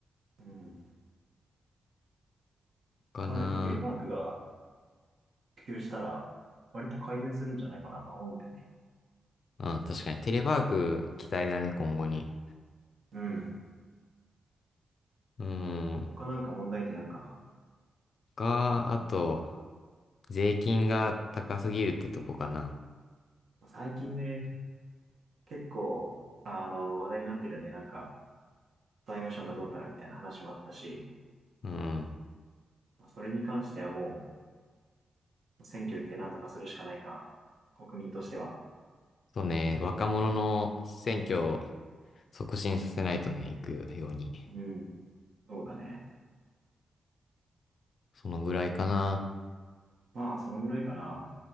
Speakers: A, on the right (about 60°); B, on the left (about 55°).
A: うん。
B: かな。
A: まあでもテレワークが普及したら、割と改善するんじゃないかなと思うんだよね。
B: うん、確かにテレワーク期待だね、今後に。
A: うん。
B: うーん。
A: 他なんか問題点あるかな。
B: か、あと、税金が高すぎるってとこかな。
A: 最近ね、結構、あの、話題になってるよね。なんか、財務省がどうからみたいな話もあったし、
B: うん。
A: それに関してはもう、選挙行ってなんとかするしかないか。国民としては。
B: そうね、若者の選挙を促進させないとね、行くように。
A: うん。そうだね。
B: そのぐらいかな。
A: まあ、そのぐらいかな。